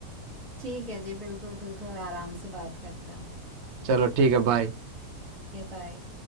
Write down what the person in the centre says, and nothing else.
ठीक है जी बिल्कुल बिल्कुल आराम से बात करते हैं हम
बाय